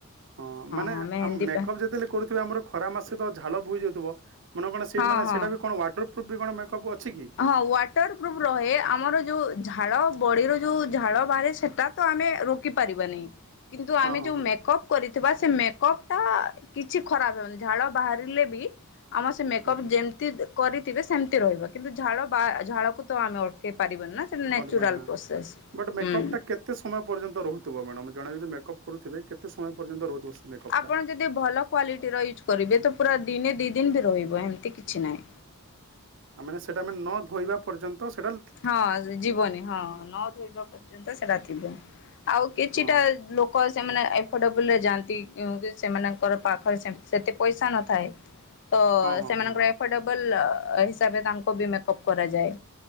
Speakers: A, on the right (about 55°); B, on the left (about 55°).
A: ହଁ ମାନେ
B: ହଁ ମେହେନ୍ଦୀ
A: ଆ ମେକଅପ୍
B: ପା
A: ଯେତେବେଳେ କରୁଥିବେ ଆମର ଖରା ମାସେ ତ ଝାଲ ବୁହି ଯାଉଥିବ ମାନେ କଣ ସେ
B: ହଁ
A: ମାନେ
B: ହଁ।
A: ସେଇଟା ବି କଣ ୱାଟର ପ୍ରୁଫ୍ ବି କଣ ମେକଅପ୍ ଅଛି କି?
B: ହଁ ୱାଟ୍ ଟରପ୍ରୁଫ୍ ରହେ ଆମର ଯୋଉ ଝାଳ ବଡିର ଯୋଉ ଝାଳ ବାହାରେ ସେଟା ତ ଆମେ ରୋକି ପାରିବାନି କିନ୍ତୁ
A: ହଁ
B: ଆମେ
A: ହଁ
B: ଯୋଉ
A: ହଁ
B: ମେକପ୍ କରିଥିବା ସେ ମେକପ୍ ଟା କିଛି ଖରାପ ହେବନି ଝାଳ ବାହାରିଲେ ବି ଆମର୍ ସେ ମେ କପ୍
A: ହୁଁ ହୁଁ
B: ଯେମିତି କରିଥିବେ ସେମିତି ରହିବ। କିନ୍ତୁ ଝାଳ ବା ଝାଳକୁ ତ ଆମେ ଅଟକେଇ ପାରିବାନ ନା ସେଟା
A: କଣ
B: ନେଚୁରଲ
A: ପାଇଁ ନା
B: ପ୍ରସେସ
A: ବଟ୍ ମେକଅପ୍
B: ହୁଁ।
A: ଟା କେତେ ସମୟ ପର୍ଯ୍ୟନ୍ତ ରହୁଥିବ ମ୍ୟାଡାମ୍ ଜଣେ ଯଦଗ ମେକଅପ୍ କରୁଥିବ କେତେ ସମୟ ପର୍ଯ୍ୟନ୍ତ ରହୁଥିବ ସେ ମକପ୍ଟା?
B: ଆପଣ ଯଦି ଭଲ କ୍ଵାଲିଟିର ୟୁଜ୍ କରିବେ ତ ପୁରା ଦିନେ ଦି ଦିନ ବି ରହିବ ହେମିତି କିଛି ନାଇଁ।
A: <unintelligible> ଆ ମାନେ ସେଟା ଆମେ ନ ଧୋଇବା ପର୍ଯ୍ୟନ୍ତ ସେଟା ଲା
B: ହଁ ଯିବନି ହଁ ନ ଧୋଇବା ପର୍ଯ୍ୟନ୍ତ ସେଟା ଥିବ। ଆଉ କିଛିଟା
A: ହଁ
B: ଲୋ କ ସେମାନେ ଏଫର୍ଡେବଲ ରେ ଯାଆନ୍ତିି ଇଉଁ କି ସେମାନଙ୍କର ପାଖ ସେ-ସେତେ ପଇସା ନଥାଏ। ତ
A: ହଁ ହଁ
B: ସେମାନଙ୍କର
A: ହଁ ହଁ
B: ଏଫୋର୍ଡବଲ ହିସାବରେ ତାଙ୍କୁ ବି ମେକପ୍ କରାଯାଏ।